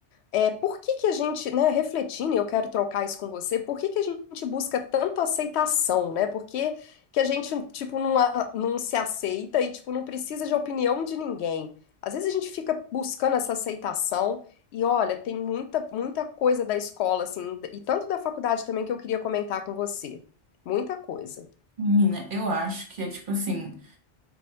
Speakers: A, on the left; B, on the right.
A: É, por que que a gente, né, refletindo, e eu quero trocar isso com você, por que que a gente busca tanto aceitação, né? Por que que a gente, tipo, não, a- não se aceita e, tipo, não precisa de opinião de ninguém? Às vezes a gente fica buscando essa aceitação e, olha, tem muita, muita coisa da escola, assim, e tanto da faculdade também que eu queria comentar com você. Muita coisa.
B: Menina, eu acho que é tipo assim,